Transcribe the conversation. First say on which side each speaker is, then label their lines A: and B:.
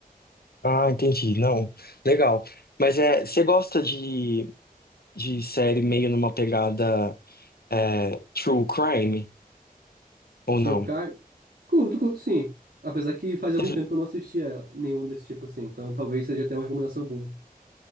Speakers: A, on the left; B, on the right.
A: Ah, entendi. Não, legal. Mas é, você gosta de, de série meio numa pegada é, true crime ou
B: Surkai,
A: não?
B: curto, curto sim. Apesar que faz algum
A: <laughs> Você-
B: tempo que eu não assisti a nenhum desse tipo assim, então talvez seja até uma recomendação boa.